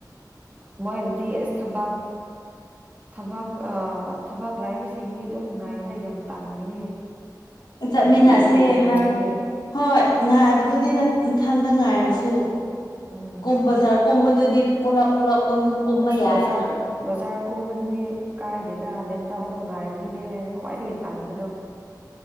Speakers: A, on the right; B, on the left.
A: ꯃꯣꯏꯕꯨꯗꯤ ꯏꯁ ꯊꯕꯥꯛ ꯊꯕꯥꯛ ꯑ ꯊꯕꯥꯛ ꯂꯥꯏꯕꯁꯤꯡꯗꯤ ꯑꯗꯨꯝ ꯉꯥꯏꯕ ꯌꯥꯝ ꯇꯟꯒꯅꯤ
B: ꯆꯠꯃꯤꯟꯅꯁꯦ
A: ꯌꯥꯝ ꯀꯨꯏ ꯀꯨꯏꯅ ꯉꯥꯏꯕꯒꯤ
B: ꯍꯥ ꯍꯣꯏ ꯉꯥꯏꯕꯗꯨꯗꯤ ꯏꯊꯟꯗ ꯉꯥꯏꯔꯁꯨ
A: ꯎꯝ
B: ꯀꯨꯝꯕꯖꯥꯔ ꯀꯨꯝꯕꯗꯨꯗꯤ ꯄꯨꯂꯞ ꯄꯨꯂꯞ ꯀꯨꯝꯕ
A: ꯑꯁ
B: ꯌꯥꯏꯅ
A: ꯕꯖꯥꯔ ꯕꯖꯥꯔ ꯀꯨꯝꯕꯕꯁꯤꯗꯤ ꯀꯥꯏꯗꯦꯗ ꯗꯦꯟ ꯇꯥꯎꯗ ꯉꯥꯏꯕꯗꯨꯅꯦ ꯑꯩꯅ ꯈ꯭ꯋꯥꯏꯗꯒꯤ ꯇꯟꯕꯗꯣ